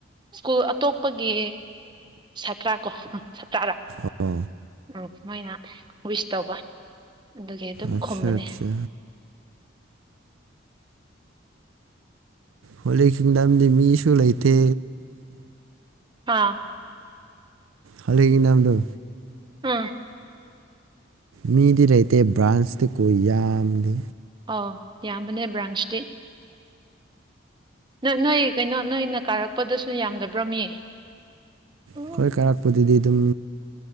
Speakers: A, on the right; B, on the right.
A: ꯁ꯭ꯀꯨꯜ ꯑꯇꯣꯞꯄꯒꯤ ꯁꯥꯇ꯭ꯔꯥ ꯀꯣ ꯁꯥꯇ꯭ꯔꯥꯔꯥ
B: ꯑꯣ
A: ꯎꯝ ꯃꯣꯏꯅ ꯋꯤꯁ ꯇꯧꯕ ꯑꯗꯨꯒꯤ ꯑꯗꯨꯝ
B: ꯑꯠꯆꯥ
A: ꯈꯨꯝꯕꯅꯦ
B: ꯑꯠꯆꯥ ꯍꯣꯂꯤ ꯀꯤꯡꯗꯝꯗꯤ ꯃꯤꯁꯨ ꯂꯩꯇꯦ
A: ꯍꯥ
B: ꯍꯣꯜꯂꯤ ꯀꯤꯡꯗꯝꯗꯨ
A: ꯎꯝ
B: ꯃꯤꯗꯤ ꯂꯩꯇꯦ ꯕ꯭ꯔꯥꯟꯁꯇꯤꯀꯣ ꯌꯥꯝꯗꯦ
A: ꯑꯧ ꯌꯥꯝꯕꯅꯦ ꯕ꯭ꯔꯥꯟꯁꯇꯤ ꯅꯣꯏ ꯅꯣꯏ ꯀꯩꯅꯣ ꯅꯣꯏꯅ ꯀꯥꯔꯛꯄꯗꯁꯨ ꯌꯥꯝꯗꯕ꯭ꯔ ꯃꯤ ꯎꯝ
B: ꯑꯈꯣꯏ ꯀꯥꯔꯛꯄꯗꯨꯗꯤ ꯑꯗꯨꯝ